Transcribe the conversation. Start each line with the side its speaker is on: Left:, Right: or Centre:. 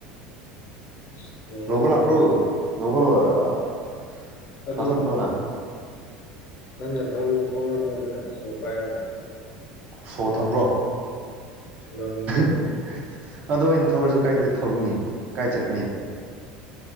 Left: ꯑꯁ ꯂꯣꯏꯔꯦ
Right: ꯂꯧꯕ ꯂꯥꯛꯄ꯭ꯔꯣ ꯂꯧꯕ
Left: ꯑꯗꯨ
Right: ꯂꯥꯛꯍꯟꯈ꯭ꯔꯣꯅ
Left: ꯅꯪꯅ ꯊꯧꯔꯝꯃꯣꯗꯅ ꯁꯣ ꯄꯥꯏꯔꯒ
Right: ꯁꯣ ꯊꯝꯕ꯭ꯔꯣ
Left: ꯊꯝꯔꯝꯒꯅꯤ ꯀꯩꯅꯣ
Right: <inaudible> ꯑꯗꯣ ꯑꯩꯅ ꯊꯧꯔꯁꯨ ꯀꯥꯏꯗꯗꯤ ꯊꯧꯅꯤ꯫ ꯀꯥꯏ ꯆꯠꯀꯅꯤ ꯫